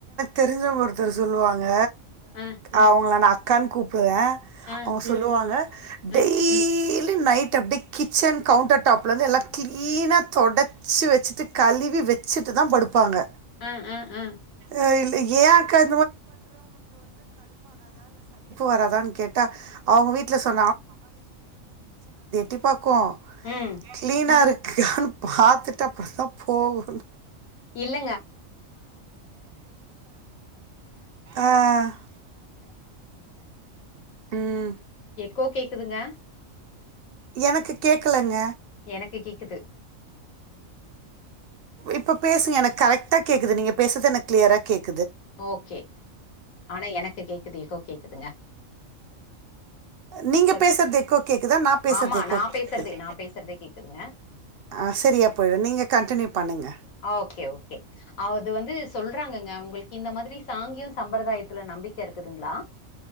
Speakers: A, on the right (about 60°); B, on the left (about 85°).
A: தெரிஞ்ச ஒருத்தர் சொல்லுவாங்க
B: ஆ
A: அவங்கள நா அக் கண்கூப்
B: ஆ
A: அவங்க சொல்லுவாங்க டெய்
B: ஆ
A: லி நைட் அப்டி கிச்சன் கவுண்டர் டாப்ல வந்து எல்லாம் கிளீனா தொடச் ச்சு வச்சுட்டு கழுவி வச்சுட்டு தான் படுப்பாங்க
B: ஆ ஆ ஆ
A: ஆஹ் இல்லை <unintelligible> ப்பு வராதான்னு கேட்டா அவங்க
B: ம்
A: வீட்ல சொ திப்பாக் க்கு
B: ம்
A: கான் பாத்துட் தப் தப்பு போவுது
B: இல்ல
A: ஆ ம்
B: கோ கேக்குதுங்க
A: எனக்கு கேக்கலங்க
B: எனக்கு கேக்குது
A: இப்ப பேசுங்க எனக் கரக்டா கேக்குது நீ பேசறது எனக்கு கிளியரா கேக்
B: ஓகே ஆனா எனக்கு கேக்குது எக்கோ கேக்குதுங்க
A: நீங்க
B: சொல்லு
A: பேசுறது எக்கோ கேட்குதா நான் பேசுறது
B: ஆமா
A: எக்கோ
B: நான்
A: கேட்குது
B: பேசுறதே நான் பேசுறதே கேக்குதுங்க
A: ஆ சரியா போயிடும் நீங்க கண்டினியூ பண்ணுங்க
B: ஓகே ஓகே அது வந்து சொல்றாங்கங்க உங்களுக்கு இந்த மாதிரி சாங்கியோ சம்பிரதாயத்துல நம்பிக்க இருக்குதுங்குளா